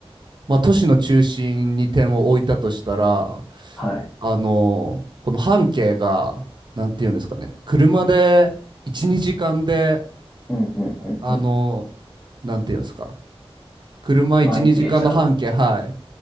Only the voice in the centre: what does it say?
はい。
うん、うん、
うん。
回りきれちゃう